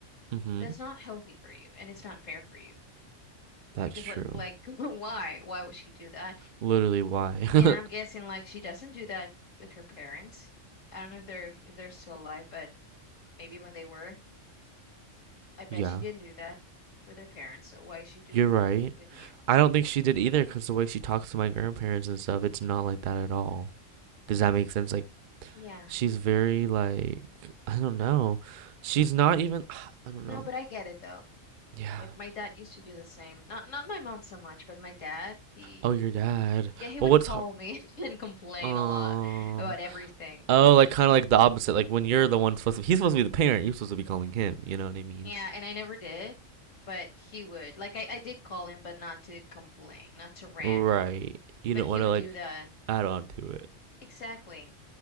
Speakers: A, on the right; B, on the left.
A: Mm-hmm.
B: that's not healthy for you and it's not fair for you.
A: That's
B: Because
A: true.
B: like like <laughs> why? Why would she do that?
A: Literally why. <laughs>
B: And I'm guessing like she doesn't do that with her parents. I don't know if they're if they're still alive, but maybe when they were, I bet
A: Yeah.
B: she didn't do that with her parents. So why is she doing
A: You're right.
B: it with you?
A: I don't think she did either because the way she talks to my grandparents and stuff, it's not like that at all. Does that make sense? Like,
B: Yeah.
A: she's very, like, I don't know. She's not even, <sighs> I don't
B: No,
A: know.
B: but I get it though.
A: Yeah.
B: Like my dad used to do the same. Not not my mom so much, but my dad, he
A: Oh, your dad.
B: yeah, he
A: Well,
B: would
A: what's
B: call
A: hard?
B: me <laughs> and complain
A: Oh,
B: a lot about everything.
A: oh, like kind of like the opposite. Like when you're the one supposed to, he's supposed to be the parent. You're supposed to be calling him. You know what I mean?
B: Yeah, and I never did, but he would. Like I, I did call him, but not to complain, not to rant,
A: Right. You
B: but
A: don't
B: he
A: want
B: would
A: to like
B: do that.
A: add on to it.
B: Exactly.